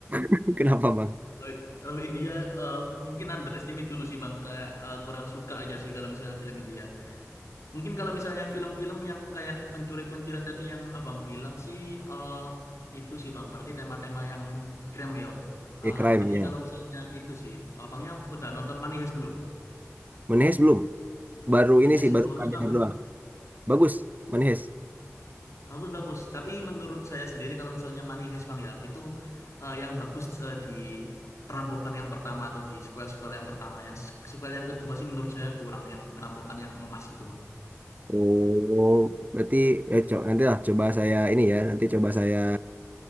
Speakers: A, on the right; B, on the left.
A: <laughs> Kenapa bang?
B: Kalau kalau India eh, mungkin underestimate dulu sih bang. Kayak eh, kurang suka aja sih kalau misalnya film India. Mungkin kalau misalnya film-film yang kayak pencuri-pencurian tadi yang abang bilang sih, eh itu sih bang, berarti tema-tema yang krem ya. Eh,
A: Ya crime
B: jadi
A: ya.
B: kalau misalnya itu sih, abangnya udah nonton Money Heist belum?
A: Menehes belum. Baru
B: Money
A: ini
B: Heist
A: sih
B: itu
A: baru
B: bagus
A: pernah
B: bang,
A: dengar doang. Bagus, Menehes.
B: bagus-bagus. Tapi menurut saya sendiri kalau misalnya Money Heist bang ya, itu eh, yang bagus eh, di perampokan yang pertama atau di sequel-sequel yang pertama. ya. sequel yang kedua sih menurut saya kurang, yang perampokan yang emas itu bang.
A: Oh, berarti ya, co- nanti lah coba saya ini ya. Nanti coba saya